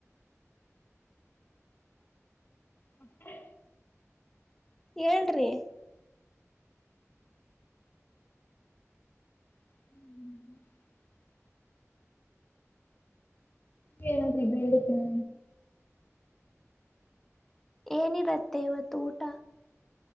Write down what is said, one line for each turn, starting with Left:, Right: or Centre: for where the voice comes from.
Left: ಮತ್ತೆ
Centre: ಹೇಳ್ರಿ
Left: ಹ್ಮ್ ಹೇಳದ ಬತ್ತೇನೆ
Centre: ಏನಿರತ್ತೆ ಇವತ್ತು ಊಟ